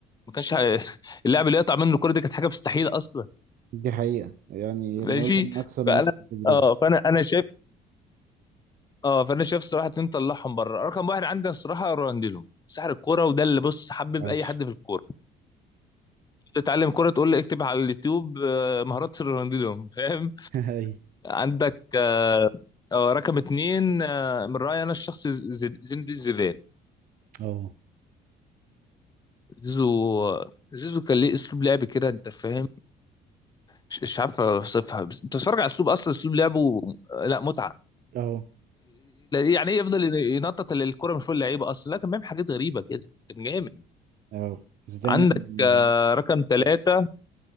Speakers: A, on the left; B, on the right.
A: ما كانش <laughs> اللاعب اللي يقطع منه الكوره دي كانت حاجه مستحيله اصلا
B: دي حقيقة يعني
A: ماشي
B: رونالدو من اكثر الناس
A: فانا
B: بتدريبل
A: اه فانا انا شايف اه فانا شايف الصراحه اتنين طلعهم بره رقم واحد عندنا الصراحه رونالدينو سحر الكوره وده اللي بص حبب
B: عايش
A: اي حد في الكوره تتعلم كوره تقول لي اكتب على اليوتيوب آه، مهارات رونالدينو فاهم
B: <laughs> هاي
A: عندك آه، آه، رقم اتنين آه، من رايي انا الشخص زي- زين دي زيدان
B: اهو
A: زيزو زيزو كان ليه اسلوب لعب كده انت فاهم مش مش عارف اوصفها بس انت بتتفرج على اسلوب اصلا اسلوب لعبه آه، لا متعه
B: اهو
A: يعني ايه يفضل ينطط الكرة من فوق اللعيبه اصلا لا كان بيعمل حاجات غريبه كده كان جامد
B: اهو زيدان
A: عندك
B: من
A: آه، رقم
B: <laughs>
A: ثلاثه
B: بس